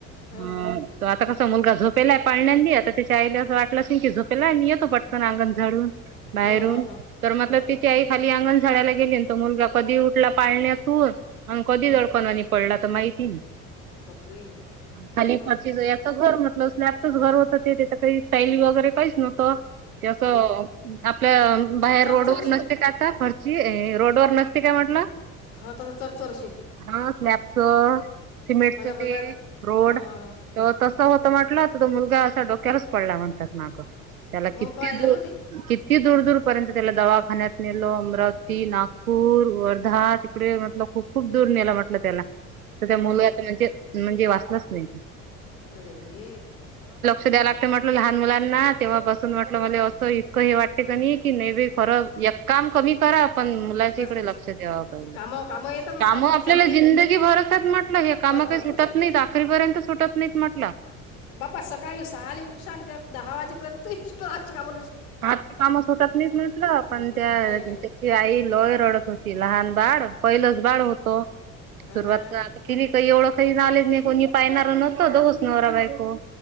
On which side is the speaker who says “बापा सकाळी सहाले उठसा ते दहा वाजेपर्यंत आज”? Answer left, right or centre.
Left